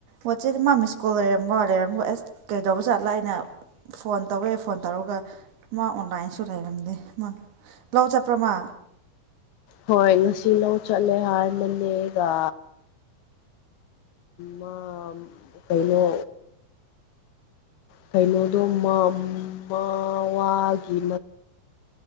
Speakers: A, on the right; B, on the left.
A: ꯋꯥꯆꯦꯞ ꯃꯥ ꯃꯤꯁ ꯀꯣꯜ ꯂꯩꯔꯝꯝꯕꯣ ꯂꯩꯔꯝꯃꯣ ꯑꯦꯁ ꯀꯩꯗꯧꯕ ꯆꯠꯂꯥ ꯑꯩꯅ ꯐꯣꯟ ꯇꯧꯋꯦ ꯐꯣꯟ ꯇꯧꯔꯒ ꯃꯥ ꯑꯣꯟꯂꯥꯏꯟꯁꯨ ꯂꯩꯔꯝꯗꯦ ꯃꯥ ꯂꯧꯥꯎꯆꯄ꯭ꯔꯃ
B: ꯍꯣꯏ ꯉꯁꯤ ꯂꯧ ꯆꯠꯂꯦ ꯍꯥꯏꯔꯃꯅꯦꯒ ꯃ ꯀꯩꯅꯣ ꯀꯩꯅꯣꯗꯣꯒꯤ ꯃ ꯃꯋꯥꯒꯤ